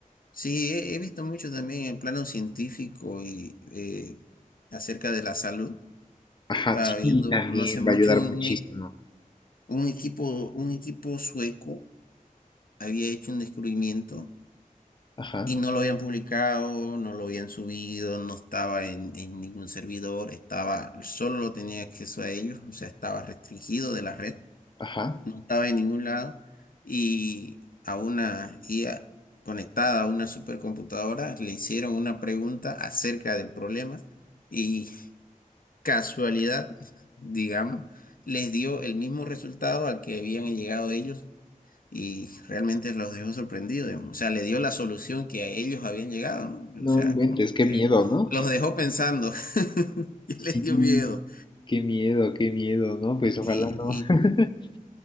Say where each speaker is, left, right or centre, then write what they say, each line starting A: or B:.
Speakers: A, on the left; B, on the left.
A: Sí, he, he visto mucho también en plano científico y eh, acerca de la salud.
B: Ajá,
A: Estaba
B: sí,
A: viendo
B: también
A: no hace mucho
B: va a ayudar
A: un,
B: muchísimo.
A: e- un equipo, un equipo sueco había hecho un descubrimiento
B: Ajá,
A: y no lo habían publicado, no lo habían subido, no estaba en, en ningún servidor, estaba, solo lo tenía acceso a ellos, o sea, estaba restringido de la red.
B: ajá.
A: no estaba en ningún lado, y a una IA conectada a una supercomputadora le hicieron una pregunta acerca del problema y casualidad, <laughs> digamos, les dio el mismo resultado al que habían llegado ellos y realmente los dejó sorprendidos, digamos. O sea, le dio la solución que a ellos habían llegado, ¿no?
B: No
A: O sea,
B: inventes,
A: como
B: qué
A: que
B: miedo, ¿no?
A: los dejó pensando <laughs> y les
B: Sí,
A: dio miedo.
B: qué miedo, qué miedo, ¿no? Pues ojalá
A: Y,
B: no.
A: y,
B: <laughs>